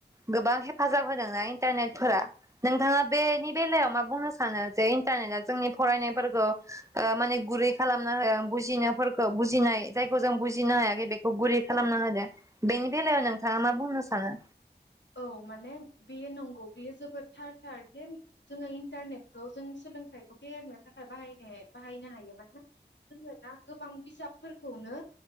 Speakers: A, on the right; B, on the left.
A: गोबां हेफाजाब होदोंना इन्टरनेट फोरा नोंथाङा बेनि बेलायाव मा बुंनो सानो जे इन्टरनेट आ जोंनि फरायनाय फोरखौ ओ माने व गुरै होदों बुजिनाय फोरखौ बुजिनाय जायखौ जों बुजिनो हायाखै बेखौ गुरै खालामना होदो बेनि बेलायाव नोंथाङा मा बुंनो सानो?
B: औ माने बेयो नंगौ बेयो जोबोर थार थारदि जोङो इन्टारनेटखौ जोंनि सोलोंथाइखौ फेहेरनो थाखाय बाहायनो बाहायनो हायो मानोना जोङो दा गोबां बिजाबफोरखौनो